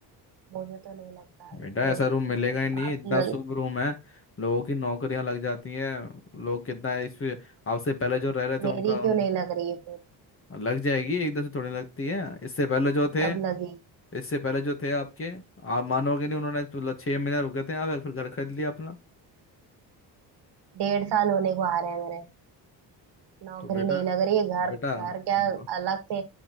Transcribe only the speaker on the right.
मुझे तो नहीं लगता
एक तो,
एक
तो आप
ल,
मेरी
क्यों नहीं लग रही है फिर
कब लगी
डेढ़ साल होने को आ रहे हैं मेरे नौकरी
नहीं लग रही है घर
घर क्या
अलग से